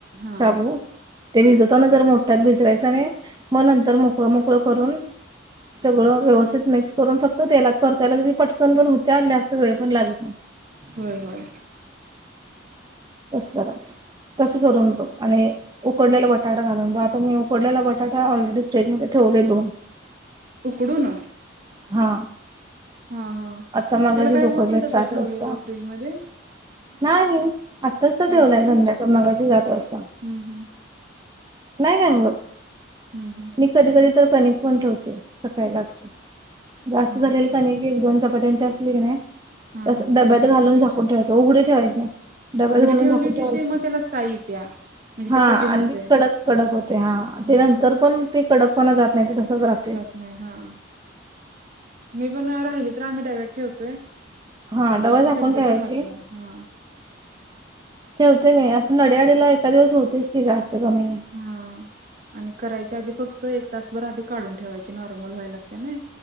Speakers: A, on the right; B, on the right.
A: हा
B: शाबू ते भिजवताना जर मोठ्यात भिजवायच आणि मग नंतर मोकळं-मोकळं करून सगळं व्यवस्थित मिक्स करून फक्त तेलात परतायला कणी पटकन पण होत्या जास्त वेळ पण लागत नाही.
A: होय होय.
B: तस करायचं तस करून बघ आणि उकडलेला बटाटा घालून बघ आता मी फोडल्याला बटाटा ऑलरेडी फ्रीजमध्ये ठेवले दोन.
A: उकडूून?
B: हा.
A: हा हा,
B: आता
A: त्याला
B: मगाशीच
A: काय
B: उकडलेत
A: होत नाही तसं
B: सात
A: ठेवलेलं
B: वाजता
A: फ्रीज मध्ये?
B: नाही आत्ताच तर
A: चालते
B: ठेवलंय संध्याका
A: काय
B: मगाशी सात वाजता.
A: हम्म हम्म
B: नाही काय होत.
A: हम् हम्.
B: कधी-कधी तर कने पण ठेवतो सकाळी जास्त
A: हा
B: झालेलं
A: हा
B: का णी एक-दोन चपात्यांची असली की नाही
A: हा
B: तस
A: हा
B: डब्यात
A: फ्रीजला
B: घालून
A: ठेव
B: झाकून ठेवायचं उघडी ठेवायची नाही. डब्यात
A: उघडी
B: घालून
A: ठेवली
B: झाकून ठेवायची
A: की ते मग त्याला साई येत्या.
B: हा
A: ते कठीण
B: आणि
A: होते
B: ति कडक-कडक होते हा,
A: हा
B: ते नंतर पण ते कडकपणा जात नाही ते तसच राहते.
A: जात नाही हा, मी पण राहिली तर आम्ही डब्यात ठेवतोय.
B: हा
A: कधी
B: डबा
A: असं
B: झाकून
A: शक्यतो
B: ठेवायची
A: राहत नाही, हा.
B: ठेवते मी असं नड्यायाडीला एका दिवस होतेच की जास्त कमी.
A: हा. आणि करायच्या आधी फक्त एक तासभर आधी काढून ठेवायचे नॉर्मल व्हाय लागते ना.